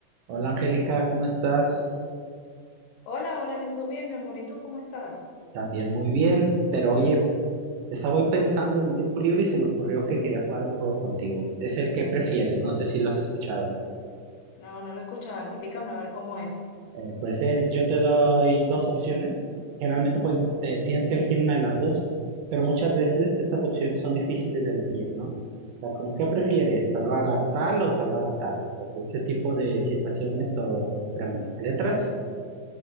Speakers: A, on the right; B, on the left.
A: Hola Angélica, ¿cómo estás?
B: Hola, hola Jesús, bien, mi amor, ¿y tú cómo estás?
A: También muy bien, pero oye, estaba hoy pensando en mi tiempo libre y se me ocurrió que quería jugar un juego contigo. Es el que prefieres, no sé si lo has escuchado.
B: No, no lo escuchaba, explícame a ver cómo es.
A: Eh, pues es, yo te doy dos opciones, generalmente puedes, eh, tienes que elegir una de las dos, pero muchas veces estas opciones son difíciles de elegir, ¿no? O sea, como qué prefieres, salvar a tal o salvar a tal. Pues ese tipo de situaciones o preguntas. ¿Le entras?